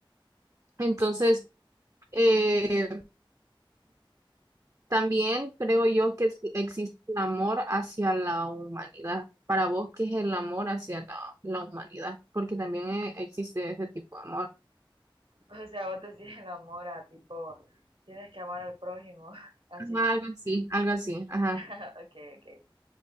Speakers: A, on the right; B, on the right.
A: Entonces, eh, también creo yo que sí existe el amor hacia la humanidad. Para vos, ¿qué es el amor hacia la, la humanidad? Porque también eh, existe ese tipo de amor.
B: O sea, vos decís el amor a tipo, tienes que amar al prójimo, <laughs> así.
A: Ajá, Algo así, algo así, ajá.
B: <laughs> ok, ok.